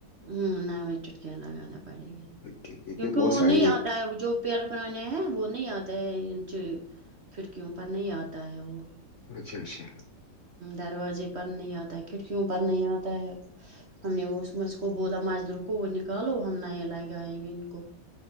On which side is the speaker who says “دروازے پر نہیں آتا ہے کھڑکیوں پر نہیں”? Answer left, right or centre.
Right